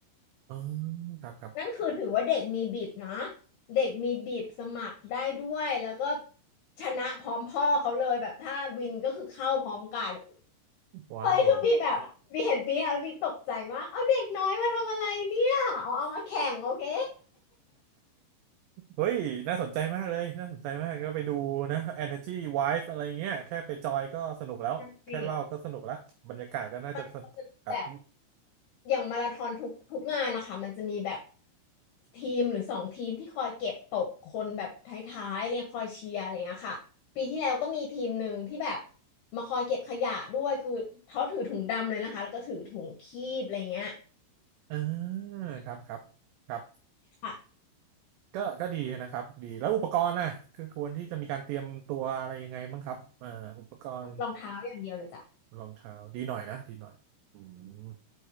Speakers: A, on the right; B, on the left.
A: อ๋อครับครับ
B: นั่นคือถือว่าเด็กมีบีบนะเด็กมีบีบสมัครได้ด้วยแล้วก็ชนะพร้อมพ่อเขาเลยแบบถ้าวินก็คือเข้าพร้อมกัน
A: ว้าว
B: เฮ้ยคือบีแบบบีเห็นบีอะบีตกใจมากเอาเด็กน้อยมาทำอะไรเนี่ยเอาเอามาแข่งโอเค
A: <laughs> เฮ้ยน่าสนใจมากเลยน่าสนใจมากก็ไปดูนะ Energy Wife อะไรเงี้ยแค่ไปจอยก็สนุกแล้วแค่เล่าก็สนุกแล้วบรรยากาศก็น่าจะสนุกครับ
B: นี่มันจะแบบ อย่างมาราธอนทุกทุกงานนะคะมันจะมีแบบทีมหรือสองทีมที่คอยเก็บตกคนแบบท้ายๆเนี่ยคอยเชียร์อะไรเงี้ยค่ะปีที่แล้วก็มีทีมหนึ่งที่แบบมาคอยเก็บขยะด้วยคือเขาถือถุงดำเลยนะคะแล้วก็ถือถุงคีบอะไรเงี้ย
A: เออครับครับครับ
B: ค่ะ
A: ก็ก็ดีนะครับดีแล้วอุปกรณ์น่ะคือควรที่จะมีการเตรียมตัวอะไรยังไงบ้างครับเอ่ออุปกรณ์
B: รองเท้าอย่างเดียวเลยจ้ะ
A: รองเท้าดีหน่อยนะดีหน่อยอืม